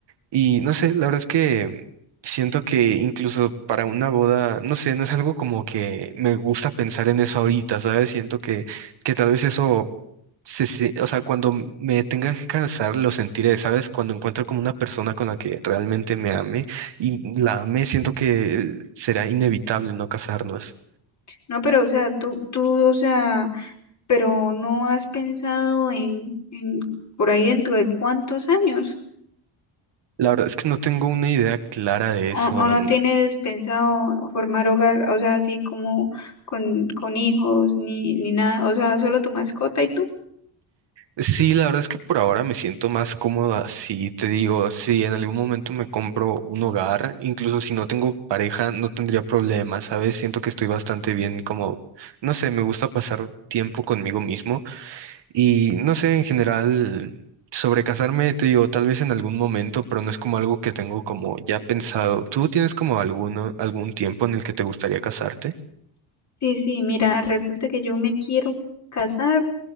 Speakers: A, on the right (about 60°); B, on the left (about 35°).
A: Y no sé, la verdad es que siento que incluso para una boda, no sé, no es algo como que me gusta pensar en eso ahorita, ¿sabes? Siento que, que tal vez eso, se, se- o sea, cuando me tenga que casar, lo sentiré, ¿sabes? Cuando encuentro como una persona con la que realmente me ame y la ame, siento que eh, será inevitable no casarnos.
B: No, pero, o sea, tú, tú, o sea, pero no has pensado en, en por ahí dentro de cuántos años.
A: La verdad es que no tengo una idea clara de
B: O,
A: eso.
B: o no tienes pensado formar hogar, o sea, así como con, con hijos, ni, ni nada. O sea, solo tu mascota y tú.
A: Sí, la verdad es que por ahora me siento más cómoda. Si te digo, si en algún momento me compro un hogar, incluso si no tengo pareja, no tendría problemas, ¿sabes? Siento que estoy bastante bien, como, no sé, me gusta pasar tiempo conmigo mismo y no sé, en general, sobre casarme, te digo, tal vez en algún momento, pero no es como algo que tengo como ya pensado. ¿Tú tienes como alguno, algún tiempo en el que te gustaría casarte?
B: Sí, sí, mira, resulta que yo me quiero casar